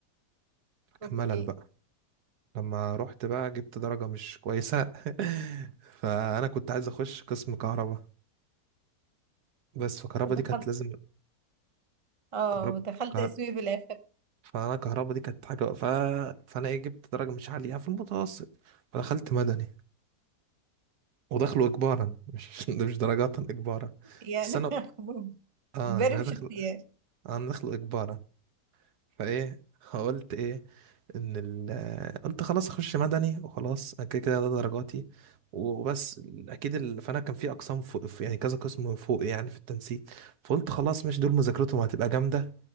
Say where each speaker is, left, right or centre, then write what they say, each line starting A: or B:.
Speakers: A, on the right; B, on the right.
A: فكان
B: اوكي
A: ملل بقى لما رحت بقى جبت درجة مش كويسة <laughs> فأنا كنت عايز أخش قسم كهرباء بس فكهرباء
B: ودخلت
A: دي كانت لازم
B: اه
A: كهرباء
B: دخلت
A: كهر...
B: اسمي في الآخر
A: فأنا كهرباء دي كانت حاجة ف... فأنا إيه جبت درجة مش عالية في المتوسط فدخلت مدني ودخله إجبارا مش <laughs> ده مش درجات إجبارا
B: يعني
A: بس أنا
B: <laughs>
A: آه
B: امبارح
A: يعني أنا
B: مش
A: داخل
B: اختيار
A: أنا داخله إجبارا فإيه قلت إيه ان ال... قلت خلاص اخش مدني وخلاص انا كده كده ده درجاتي وبس اكيد ال... فانا كان في اقسام فوق في- يعني كذا قسم فوق يعني في التنسيق فقلت خلاص مش دول مذاكرتهم هتبقى جامده